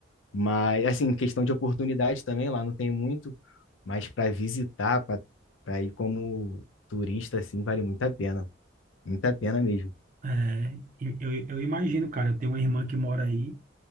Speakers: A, on the left; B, on the right.
A: mas assim, questão de oportunidade também lá não tem muito, mas para visitar, para para ir como turista assim, vale muito a pena, muita pena mesmo.
B: É, e eu, eu imagino, cara, eu tenho uma irmã que mora aí,